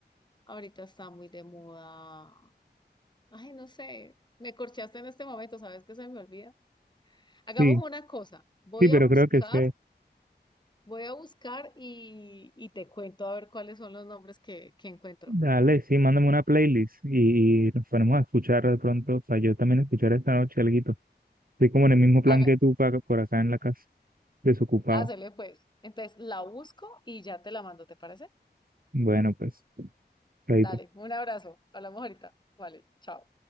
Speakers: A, on the left; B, on the right.
A: ahorita está muy de moda, ay, no sé, me corchaste en este momento, ¿sabes qué se me olvida? Hagamos
B: Sí.
A: una cosa, voy
B: Sí, pero
A: a buscar,
B: creo que sé.
A: voy a buscar y, y te cuento a ver cuáles son los nombres que, que encuentro.
B: Dale, sí, mándame una playlist y, y nos ponemos a escuchar de pronto. O sea, yo también escuchar esta noche alguito. Estoy como en el mismo plan
A: Haga,
B: que tú pa- por acá en la casa, desocupado.
A: hácele pues. Entonces la busco y ya te la mando, ¿te parece?
B: Bueno, pues, chaito.
A: Dale, un abrazo. Hablamos ahorita. Vale, chao.